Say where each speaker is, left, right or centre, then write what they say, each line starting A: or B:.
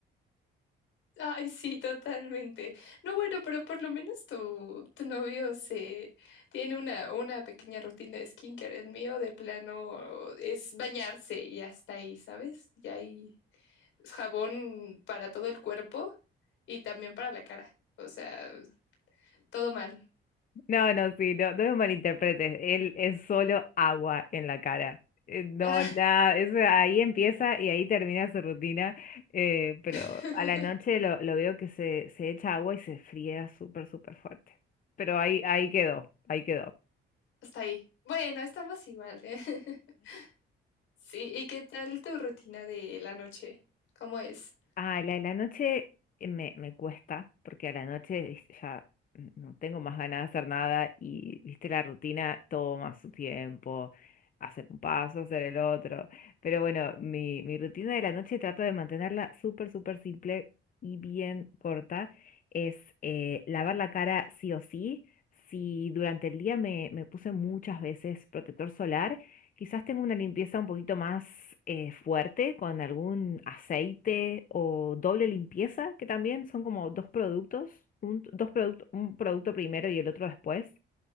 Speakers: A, on the left; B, on the left.
A: Ay, sí, totalmente. No, bueno, pero por lo menos tu, tu novio se tiene una, una pequeña rutina de skincare. El mío de plano es bañarse y hasta ahí, ¿sabes? Y hay jabón para todo el cuerpo y también para la cara. O sea, todo mal.
B: No, no, sí, no, no me malinterpretes. Él es solo agua en la cara. Eh, No,
A: Ah,
B: nada, eso ahí empieza y ahí termina su rutina. eh, pero
A: <laughs>
B: a la noche lo, lo veo que se, se echa agua y se fría súper, súper fuerte. Pero ahí, ahí quedó, ahí quedó.
A: hasta ahí. Bueno, estamos igual, ¿eh? <laughs> Sí, ¿y qué tal tu rutina de la noche? ¿Cómo es?
B: Ah, la de la noche eh, me, me cuesta, porque a la noche viste, ya n- no tengo más ganas de hacer nada y, viste, la rutina toma su tiempo, hacer un paso, hacer el otro. Pero bueno, mi, mi rutina de la noche trato de mantenerla súper, súper simple y bien corta. Es eh, lavar la cara sí o sí. Si durante el día me, me puse muchas veces protector solar, Quizás tengo una limpieza un poquito más eh, fuerte con algún aceite o doble limpieza, que también son como dos productos, un, dos productos, un producto primero y el otro después.